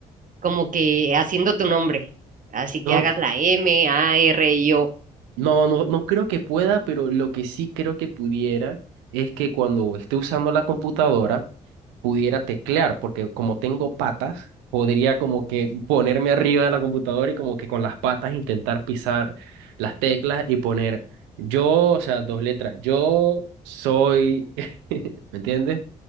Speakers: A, on the right; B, on the right.
A: como que haciendo tu nombre. Así
B: No,
A: que hagas la M, A, R, I, O.
B: no, no, no creo que pueda, pero lo que sí creo que pudiera es que cuando esté usando la computadora, pudiera teclear, porque como tengo patas, podría como que ponerme arriba de la computadora y como que con las patas intentar pisar las teclas y poner yo, o sea, dos letras, yo soy, <laughs> ¿me entiendes?